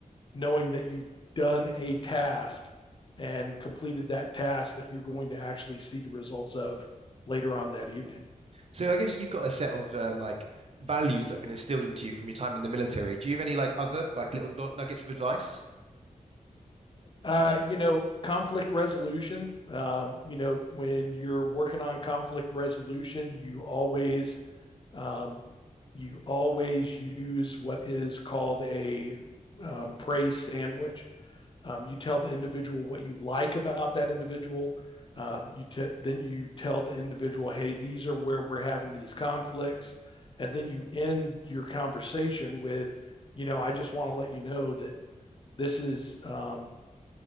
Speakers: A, on the left; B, on the right.
A: knowing that you've done a task and completed that task that you're going to actually see the results of later on that evening.
B: So I guess you've got a set of um, like values that have been instilled into you from your time in the military. Do you have any like other like little nu- nuggets of advice?
A: Uh, you know, conflict resolution. Um, you know, when you're working on conflict resolution, you always Um, you always use what is called a um, praise sandwich. Um, you tell the individual what you like about that individual. Um, you t- then you tell the individual, "Hey, these are where we're having these conflicts," and then you end your conversation with, "You know, I just want to let you know that this is um,